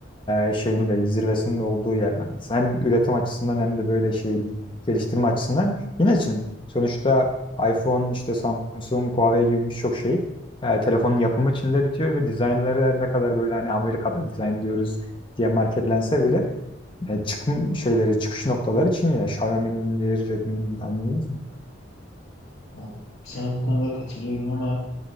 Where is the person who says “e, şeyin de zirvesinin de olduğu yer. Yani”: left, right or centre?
Left